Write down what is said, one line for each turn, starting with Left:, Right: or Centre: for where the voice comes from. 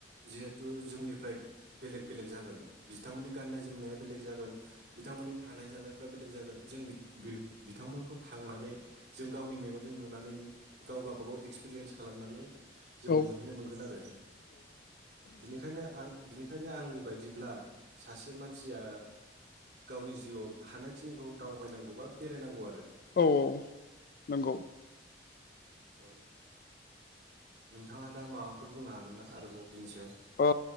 Right: जिहेथु जोंनिफ्राय बेलेग बेलेग जागोन बिथांमोननि गाननाय जोमनाया बेलेग जागोन बिथांमोननि थानाय जानायफ्रा बेलेग जागोन जों बिथ बि-बिथांमोनखौ थांनानै जों गावनि मेगनजों नुनानै गाव गावबागाव एक्सपिरियेन्स खालामनानै जों
Left: औ
Right: नुहैनो मोनगोन आरो बिनिखायनो आं बिनिखायनो आंनि बायदिब्ला सासे मानसिया गावनि जिउआव हानायखिनिखौ दावबायनांगौ बा बेरायनांगौ आरो।
Left: औ औ नोंगौ
Right: औ। नोंथाङा दा माबाफोर बुंनो हागोन ना आरोबाव? बिनि सायाव
Left: अ